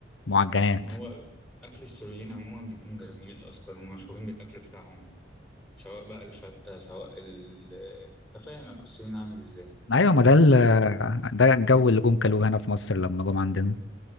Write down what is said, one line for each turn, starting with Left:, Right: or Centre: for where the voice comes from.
Left: معجنات
Centre: ما هو اكل السوريين عموما بيكون جميل اصلا هم مشهورين بالاكل بتاعهم سواء بقى الفته سواء ال أنت فاهم اكل السوريين عامل ازاي
Left: ايوه ما ده ال-
Centre: شاورما بتاع
Left: ده الجو اللي جم كلوه هنا في مصر لما جم عندنا